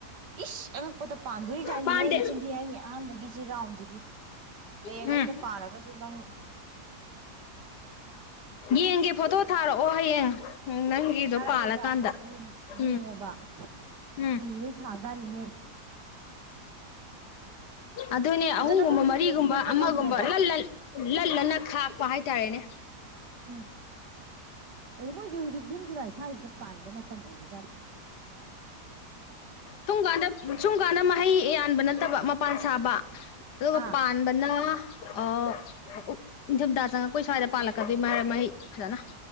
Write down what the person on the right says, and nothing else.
ꯏꯁ ꯑꯉꯛꯄꯗ ꯄꯥꯟꯗꯧꯔꯤ ꯥꯖꯥꯠꯅꯤꯍꯦ
ꯅꯆꯤꯟ ꯊꯤ ꯍꯥꯏꯅꯤ ꯑꯍꯥꯟꯕꯒꯤꯁꯤꯗꯤ ꯁꯤ ꯔꯥꯎꯟꯖꯤꯗꯤ ꯍꯌꯦꯡ
ꯑꯩꯅ ꯄꯥꯜꯂꯒꯁꯨ ꯅꯪ <inaudible>
ꯊꯔꯛꯀꯦꯕ
ꯌꯦꯡꯉꯣꯕ
ꯑꯨꯝ ꯂꯣꯏ ꯁꯥ ꯖꯦꯠꯅꯤꯍꯦ
ꯐꯖꯅꯕꯨꯗꯤ
ꯑꯩꯈꯣꯏꯁꯨ
ꯍꯣꯠꯅꯕꯅꯦꯕ
ꯎꯝ ꯑꯗꯨ ꯃꯣꯏꯖꯤ ꯍꯧꯖꯤꯛ ꯖꯨꯟ ꯖꯨꯂꯥꯏ ꯁ꯭ꯋꯥꯏꯁꯤꯗ ꯄꯥꯟꯕ ꯃꯇꯝ ꯃꯇꯝ ꯑꯣꯏꯕ ꯖꯠꯅꯤ
ꯑꯥ